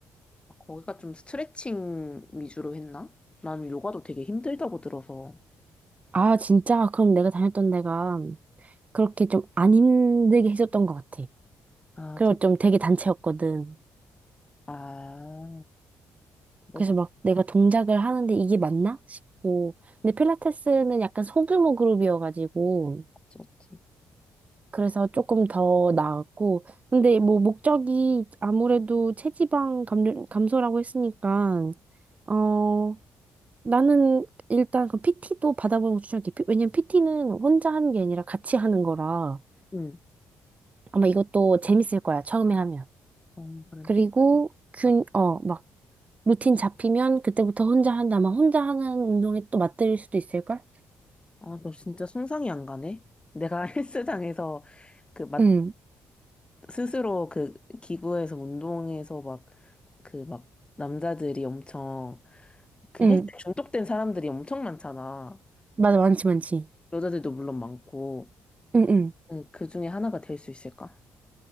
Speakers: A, on the left; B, on the right.
A: 아, 거기가 좀 스트레칭 위주로 했나? 나는 요가도 되게 힘들다고 들어서.
B: 아, 진짜? 그럼 내가 다녔던 데가 그렇게 좀 안 힘들게 해줬던 것 같아.
A: 아,
B: 그리고
A: 좀.
B: 좀 되게 단체였거든.
A: 아, 그래서
B: 그래서 막 내가 동작을 하는데 이게 맞나 싶고. 근데 필라테스는 약간 소규모 그룹이어가지고
A: 그렇지.
B: 그래서 조금 더 나았고. 근데 뭐 목적이 아무래도 체지방 감, 감소라고 했으니까, 어, 나는 일단 그 PT도 받아보는 거 추천할게. 피- 왜냐면 PT는 혼자 하는 게 아니라 같이 하는 거라
A: 응.
B: 아마 이것도 재밌을 거야. 처음에 하면.
A: 어, 그럼
B: 그리고
A: 픽.
B: 균,
A: 아,
B: 어, 막 루틴 잡히면 그때부터 혼자 한다. 막 혼자 하는 운동에 또 맞들일 수도 있을걸?
A: 아, 너 진짜 상상이 안 가네? 내가 <laughs> 헬스장에서 그 막
B: 응,
A: 스스로 그 기구에서 운동해서 막 그 막 남자들이 엄청 그
B: 응.
A: 헬스 중독된 사람들이 엄청 많잖아.
B: 맞아, 많지, 많지.
A: 여자들도 물론 많고.
B: 응, 응.
A: 응, 그 중에 하나가 될 수 있을까?